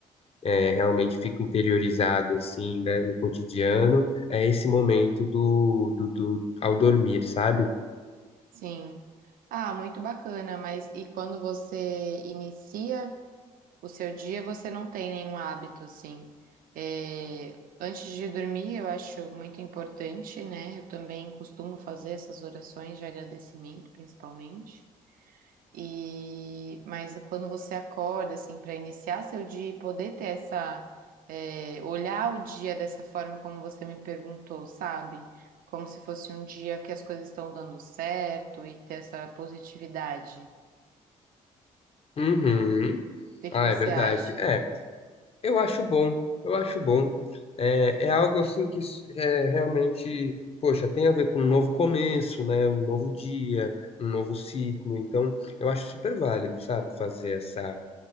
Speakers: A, on the left; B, on the right.
A: é, realmente fico interiorizado assim, né, no cotidiano, é esse momento do, do, do- ao dormir, sabe?
B: sim. Ah, muito bacana, mas e quando você inicia? O seu dia você não tem nenhum hábito, assim. É, antes de dormir, eu acho muito importante, né? Eu também costumo fazer essas orações de agradecimento, principalmente. E mas quando você acorda, assim, para iniciar seu dia e poder ter essa, é, olhar o dia dessa forma como você me perguntou, sabe? Como se fosse um dia que as coisas estão dando certo e ter essa positividade.
A: Uhum.
B: O que que
A: Ah,
B: você
A: é verdade.
B: acha?
A: É, eu acho bom, eu acho bom. É, é algo assim que é realmente, poxa, tem a ver com um novo começo, né? Um novo dia, um novo ciclo. Então, eu acho super válido, sabe? Fazer essa